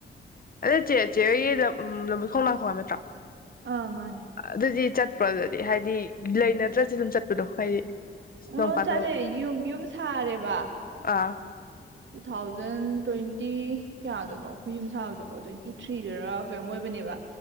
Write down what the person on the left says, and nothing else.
ꯑꯗꯣ ꯆꯦ ꯆꯦꯍꯣꯏꯒꯤ ꯂꯝ ꯂꯝꯕꯣꯏ ꯈꯣꯡꯅꯥꯡ ꯈꯣꯡ ꯍꯥꯏꯕ ꯅꯠꯇ꯭ꯔꯣ
ꯑꯗꯨꯗꯤ ꯆꯠ ꯑꯗꯨꯗꯤ ꯍꯥꯏꯗꯤ ꯂꯩꯅꯗ꯭ꯔꯁꯨ ꯑꯗꯨꯝ ꯆꯠꯄꯗꯣ ꯍꯥꯏꯗꯤ
ꯅꯣꯡ ꯐꯥꯗꯣꯛ
ꯑꯥ